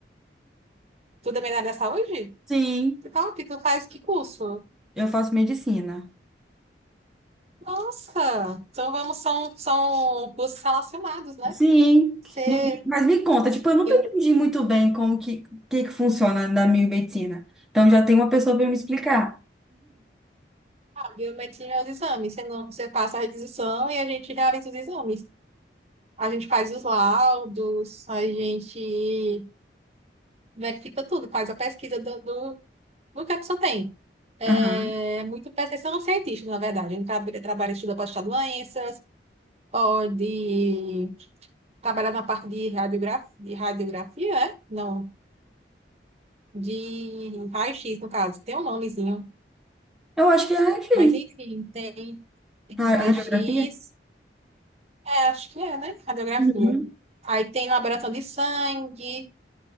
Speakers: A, on the right (about 35°); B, in the centre.
A: Tu também é da área da saúde?
B: Sim,
A: Que top, tu faz que curso?
B: eu faço medicina.
A: Nossa, então vamos, são, são cursos relacionados, né?
B: Sim,
A: Você,
B: Me- mas me conta, tipo, eu nunca
A: eu,
B: entendi muito bem como que, que, que funciona na minha medicina. Então já tem uma pessoa para me explicar.
A: biomedicina é os exames, você, não, você passa a requisição e a gente realiza os exames. A gente faz os laudos, a gente verifica tudo, faz a pesquisa do, do, do que a pessoa tem. É
B: Aham.
A: é muito percepção científica, na verdade. A gente trabalha, trabalha estuda para estudar doenças, pode trabalhar na parte de radiografia, de radiografia, é? Não, de raio-x, no caso. Tem um nomezinho.
B: Eu acho que é raio-x.
A: Mas, enfim, tem, tem
B: Ra-
A: raio-x,
B: Radiografia?
A: é, acho que é, né? Radiografia.
B: Uhum.
A: Aí tem laboração de sangue,